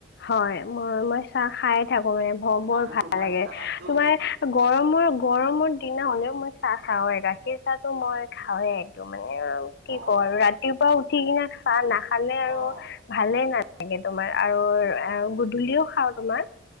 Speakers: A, on the left; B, on the right.
A: হয়, মই মই চাহ খায়ে থাকো। মানে বৰ
B: আৰু
A: ভাল
B: তোমাৰ
A: লাগে।
B: চাহটো
A: তোমাৰ গৰমত গৰমৰ দিনা হলেও মই চাহ খাওঁৱে গাখীৰ চাহটো মই খাওঁৱে। টো মানে কি
B: অ
A: কওঁ আৰু ৰাতিপুৱা উঠি কিনা চাহ নাখালে আৰু
B: অ অ
A: ভালে নালা তোমাৰ আৰু গধূলিও খাওঁ তোমাৰ,